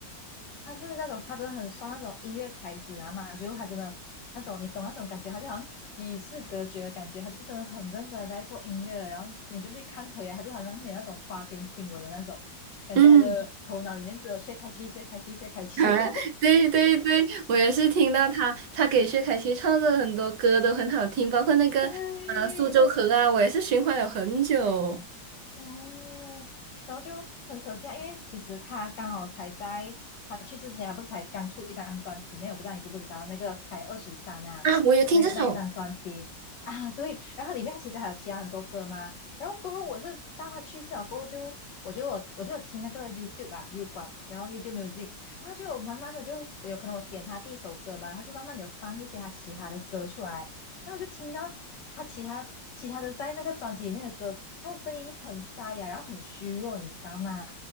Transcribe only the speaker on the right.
嗯，
<laughs> 啊，
对对对，我也是听到他，他给薛凯琪创作的很多歌都很好听，包括那个啊《苏州河》啊，
我也是循环了很久
啊，我也听这首，